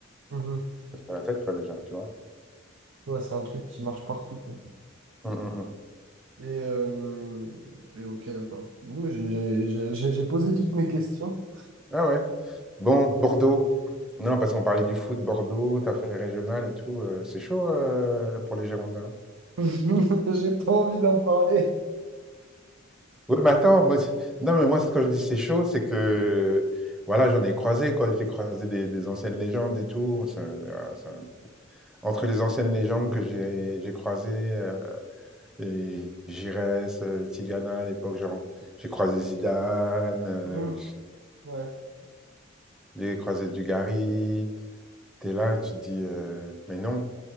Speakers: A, on the right; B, in the centre.
A: Mhm.
B: ça se fait la tête, toi, déjà, tu vois.
A: Ouais, c'est un truc qui marche partout, quoi.
B: Mm, mm, mm.
A: Et, euh, et ok, d'accord. Bon, mais J'ai j'ai- j'ai- j'ai- j'ai posé toutes mes questions.
B: Ah ouais. Bon, Bordeaux. Non, parce qu'on parlait du foot, Bordeaux, t'as fait régional et tout. euh, c'est chaud euh, pour les Girondins.
A: <laughs> J'ai pas envie d'en parler.
B: Oui, mais attends, moi, c'est- non, mais moi, c'est- quand je dis c'est chaud, c'est que, voilà, j'en ai croisé, quoi. J'ai croisé des, des anciennes légendes et tout. Ça- voilà, ça- entre les anciennes légendes que j'ai j'ai croisées, euh, et Giresse, euh, Tigana à l'époque, genre, j'ai croisé Zidane, euh,
A: Mhm. Ouais.
B: j'ai croisé Dugarry. T'es là, tu te dis, euh, mais non,